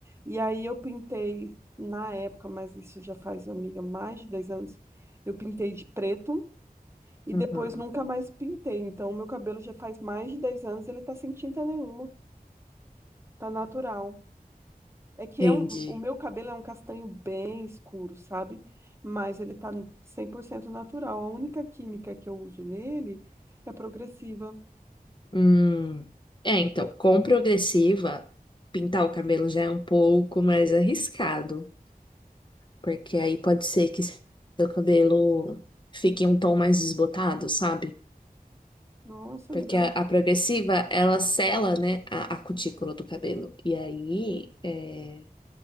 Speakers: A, on the right; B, on the left.
A: E aí eu pintei, na época, mas isso já faz, amiga, mais de 10 anos, eu pintei de preto e
B: Uhum.
A: depois nunca mais pintei. Então, o meu cabelo já faz mais de 10 anos, ele tá sem tinta nenhuma, tá natural. É que
B: Entendi.
A: é um, o meu cabelo é um castanho bem escuro, sabe? Mas ele tá 100% natural. A única química que eu uso nele é progressiva.
B: Hum. É, então, com progressiva, pintar o cabelo já é um pouco mais arriscado, porque aí pode ser que seu cabelo fique um tom mais desbotado, sabe?
A: Nossa,
B: Porque
A: amiga, eu
B: a,
A: não,
B: a progressiva, ela sela, né, a, a cutícula do cabelo. E aí, é,